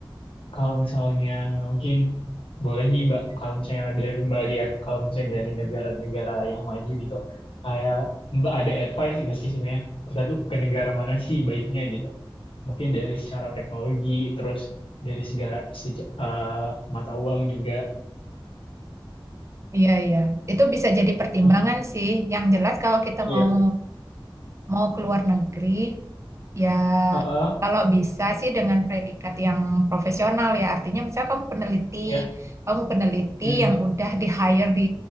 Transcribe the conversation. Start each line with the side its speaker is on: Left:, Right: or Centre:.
Left: kalau misalnya mungkin boleh nih Mbak, kalau misalnya dari Mbak lihat kalau misalnya dari negara-negara yang maju gitu, kayak Mbak ada advice nggak sih sebenarnya kita tuh ke negara mana sih baiknya gitu? Mungkin dari secara teknologi, terus dari segala seca- eh, mata uang juga.
Right: <laughs> iya iya itu bisa jadi pertimbangan
Left: Hmm,
Right: sih yang jelas kalau kita
Left: Iya.
Right: mau mau keluar negeri Ya,
Left: Heeh,
Right: kalau bisa sih dengan predikat yang profesional ya, artinya misalnya kamu peneliti,
Left: iya.
Right: kamu peneliti
Left: Hmm
Right: yang udah di hire di